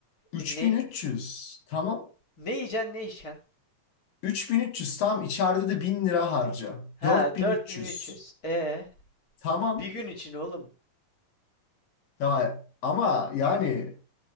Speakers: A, on the left; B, on the left.
A: 3300.
B: E, ne
A: Tamam.
B: ne yiyeceksin ne içeceksin?
A: 3300 tam içeride de 1000 lira harca.
B: Ha
A: 4300.
B: 4300. E
A: Tamam.
B: bir gün için oğlum.
A: Ya, ama yani